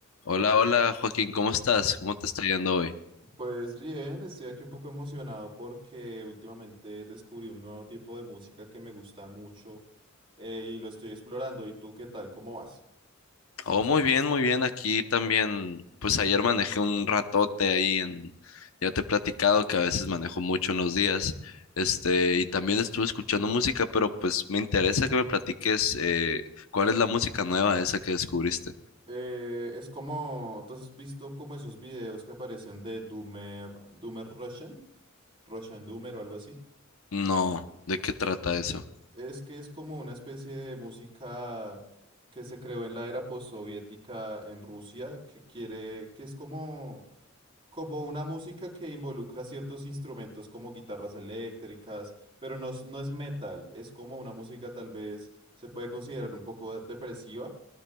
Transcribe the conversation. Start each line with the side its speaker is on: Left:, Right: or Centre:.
Left: Hola, hola Joaquín, ¿cómo estás? ¿Cómo te está yendo hoy?
Right: Pues bien, estoy aquí un poco emocionado porque últimamente descubrí un nuevo tipo de música que me gusta mucho eh, y lo estoy explorando. ¿Y tú qué tal? ¿Cómo vas?
Left: Oh, muy bien, muy bien. Aquí también, pues ayer manejé un ratote ahí en, ya te he platicado que a veces manejo mucho en los días, este, y también estuve escuchando música, pero pues me interesa que me platiques eh, cuál es la música nueva esa que descubriste.
Right: Eh, es como, entonces, has visto como esos videos que aparecen de Doomer, Doomer Russian? Russian Doomer o algo así.
Left: No, ¿de qué trata eso?
Right: Es que es como una especie de música que se creó en la era postsoviética en Rusia, que quiere, que es como como una música que involucra ciertos instrumentos como guitarras eléctricas, pero no es, no es metal, es como una música tal vez se puede considerar un poco depresiva,